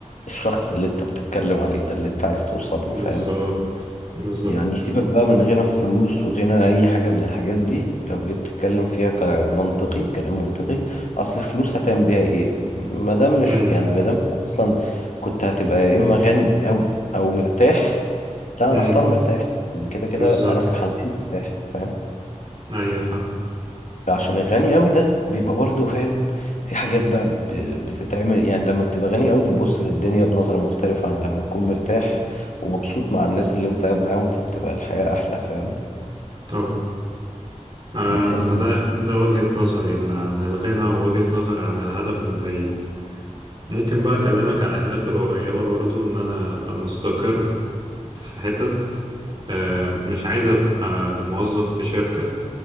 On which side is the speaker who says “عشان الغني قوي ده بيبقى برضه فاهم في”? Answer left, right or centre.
Left